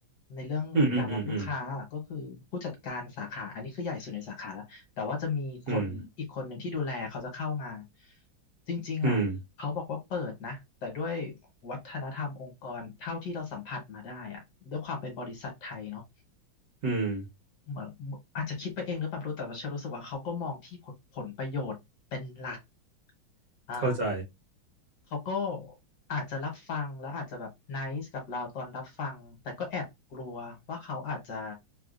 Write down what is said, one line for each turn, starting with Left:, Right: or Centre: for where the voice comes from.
Left: ในเรื่องการรับลูกค้าอะก็คือผู้จัดการสาขาอันนี้คือใหญ่สุดในสาขาแล้วแต่ว่าจะมีคนอีกคนหนึ่งที่ดูแลเขาจะเข้ามา
Right: อืมอืมอืมอืม
Left: จริงๆอ่ะเขาบอกว่าเปิดนะแต่ด้วย
Right: อืม
Left: วัฒนธรรมองค์กรเท่าที่เราสัมผัสมาได้อ่ะด้วยความเป็นบริษัทไทยเนาะ
Right: อืมอืม
Left: เหมือนอาจจะคิดไปเองหรือเปล่าไม่รู้แต่ว่าเชอรู้สึกว่าเขาก็มองที่ผลผลประโยชน์เป็นหลักอ่า
Right: เข้าใจ
Left: เขาก็อาจจะรับฟังแล้วอาจจะแบบไนซ์กับเราตอนรับฟังแต่ก็แอบกลัวว่าเขาอาจจะ